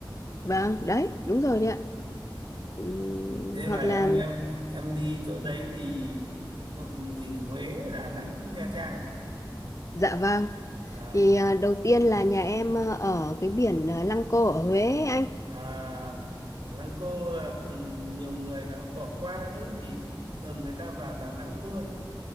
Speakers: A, on the left; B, on the right.
A: vâng đấy đúng rồi đấy ạ Ừm,
B: thế
A: hoặc
B: là em
A: là
B: em em đi chỗ đấy thì ừm, gì Huế Đà Nẵng Nha Trang à
A: dạ vâng
B: à,
A: thì à, đầu tiên là nhà em à, ở cái biển à, Lăng Cô ở Huế ấy anh
B: à Lăng Cô là ừm, nhiều người là bỏ qua đấy vì thường người ta vào Đà Nẵng luôn